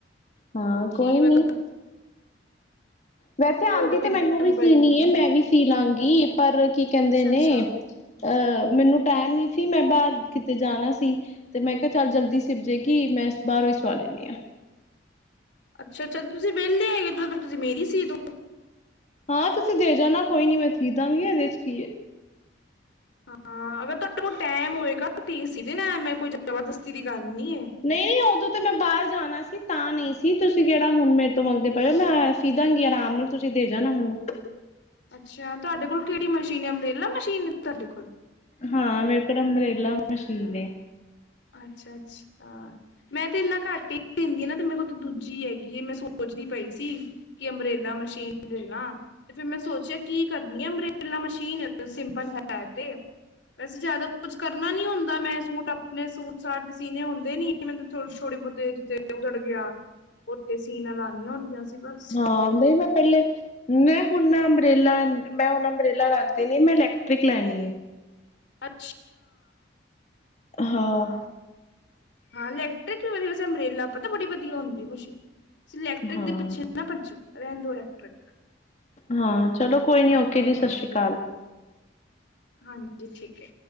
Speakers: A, on the left; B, on the left.
A: ਹਾਂ
B: ਕੀ
A: ਕੋਈ ਨੀ।
B: ਮਤਲਬ
A: ਵੈਸੇ ਆਦੀ
B: ਫੋਟੋ
A: ਤੇ
B: ਦਿਖਾਣੀ
A: ਮੈਨੂੰ ਵੀ ਸੀਨੀ
B: ਪਏਗੀ ਉਹਨੂੰ
A: ਮੈਂ ਵੀ ਸੀਲਾਗੀ ਪਰ ਓ ਕੀ ਕਹਿੰਦੇ
B: ਅੱਛਾ ਅੱਛਾ
A: ਨੇ ਅਹ ਮੈਨੂੰ ਟਾਈਮ ਨੀ ਸੀ ਮੈਂ ਬਾਹਰ ਕਿਤੇ ਜਾਣਾ ਸੀ। ਤੇ ਮੈਂ ਕਿਹਾ ਚੱਲ ਜਲਦੀ ਸਿਲਜੇਗੀ ਮੈਂ ਬਾਹਰੋਂ ਈ ਸਵਾ ਲੈਂਦੀ ਆ।
B: ਅੱਛਾ ਅੱਛਾ, ਤੁਸੀ ਵੇਲੇ ਹੈਗੇ ਤੁਸੀ ਮੇਰੀ ਸੀਦੋਂ?
A: ਹਾਂ ਤੁਸੀਂ ਦੇ ਜਾਣਾ ਕੋਈ ਨੀ ਮੈਂ ਸੀਦਾਂਗੀ ਇਹਦੇ ਚ ਕੀ ਏ।
B: ਹਾਂ ਅਗਰ ਤੁਹਾਡੇ ਕੋਲ ਟਾਈਮ ਹੋਏਗਾ ਤੇ ਸੀ ਦੇਣਾ ਆ ਮੈ ਕੋਈ ਜਬਰਦਸਤੀ ਦੀ ਗੱਲ ਨੀ ਐ।
A: ਨਈ-ਨਈ ਉਦੋਂ ਤੇ ਮੈਂ ਬਾਹਰ ਜਾਣਾ ਸੀ ਤਾਂ ਨੀ ਸੀ ਤੁਸੀਂ ਕਿਹੜਾ ਹੁਣ ਮੇਰੇ ਤੋਂ ਮੰਗਦੇ ਪਏ ਹੋ ਮੈਂ ਸਿਦਾਗੀ ਆਰਾਮ ਨਾਲ ਤੁਸੀਂ ਦੇ ਜਾਣਾ ਮੈਨੂੰ।
B: ਅੱਛਾ ਤੁਹਾਡੇ ਕੋਲ ਕਿਹੜੀ ਮਸ਼ੀਨ ਹੈ ਅੰਬਰੇਲਾ ਮਸ਼ੀਨ ਤੁਹਾਡੇ ਕੋਲ?
A: ਹਾਂ ਮੇਰੇ ਕੋਲ ਅੰਬਰੇਲਾ ਮਸ਼ੀਨ ਏ।
B: ਅੱਛਾ ਅੱਛਾ। ਅਅ ਮੈਂ ਤੇ ਇਨਾ ਘੱਟ ਹੀ ਸਿਨਦੀ ਆ ਨਾ ਤੇ ਮੇਰੇ ਕੋਲ ਤਾਂ ਦੂਜੀ ਹੈਗੀ ਹੈ ਮੈਂ ਸੋਚਦੀ ਪਈ ਸੀ। ਕਿ ਅੰਮਰੇਲਾ ਮਸ਼ੀਨ ਲੈਲਾ ਤੇ ਫੇਰ ਮੈ ਸੋਚਿਆ ਕੀ ਕਰਨੀ ਆ ਅੰਮਰੇਲਾ ਮਸ਼ੀਨ ਸਿੰਪਲ ਹੈ ਤੇ, ਵੈਸੇ ਜਿਆਦਾ ਕੁੱਛ ਕਰਨਾ ਨੀ ਹੁੰਦਾ ਮੈ ਸੂਟ ਆ ਆਪਣੇ ਸੂਟ-ਸਾਟ ਚ ਸੀਨੇ ਹੁੰਦੇ ਨੀ ਮੈਨੂੰ ਛੋੜੇ ਬਹੁਤੇ ਜਿੱਥੇ ਉਧੜ ਗਿਆ ਉਤੇ ਸੀਨਾ ਲਾਨੀਆਂ ਹੁੰਦੀਆਂ ਸੀ ਬਸ।
A: ਹਾ ਨੀ ਮੈਂ ਪਹਿਲੇ, ਮੈਂ ਹੁਣ ਅੰਬਰੇਲਾ ਮੈਂ ਹੁਣ ਅੰਬਰੇਲਾ ਰੱਖ ਦੀ ਨੇ ਮੈਂ ਇਲੈਕਟ੍ਰਿਕ ਲੈਣੀ ਏ।
B: ਅੱਛ!
A: ਹਾਂ।
B: ਹਾਂ ਇਲੈਕਟ੍ਰਿਕ ਵਾਲੀ ਵੈੇਸੇ ਅੰਬਰੇਲਾ ਪਤਾ ਬੜੀ ਵਧੀਆ ਹੁੰਦੀ ਏ ਮਸ਼ੀਨ ਤੁਸੀ ਇਲੈਕਟ੍ਰਿਕ
A: ਹਾਂ,
B: ਦੇ ਪਿੱਛੇ ਨਾ ਪੱਜੋ ਰੈਨ ਦੋ ਇਲੈਕਟ੍ਰਿਕ
A: ਹਾਂ ਚਲੋ ਕੋਈ ਨੀ ਓਕੇ ਜੀ ਸਾਸ ਸ਼੍ਰੀ ਕਾਲ
B: ਹਾਂਜੀ ਠੀਕ ਐ